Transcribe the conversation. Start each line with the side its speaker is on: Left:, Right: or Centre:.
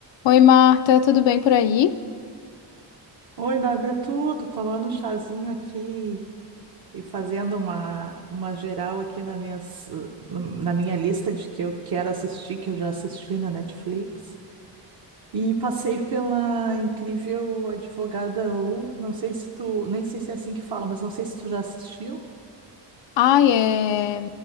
Left: Oi, Marta, tudo bem por aí?
Right: Oi, Bárbara, tudo? Tomando um chazinho aqui e fazendo uma, uma geral aqui na, minhas, uh, no- na minha lista de que eu quero assistir, que eu já assisti na Netflix. E passei pela incrível Advogada U. Não sei se tu, nem sei se é assim que fala, mas não sei se tu já assistiu.
Left: Ai, é.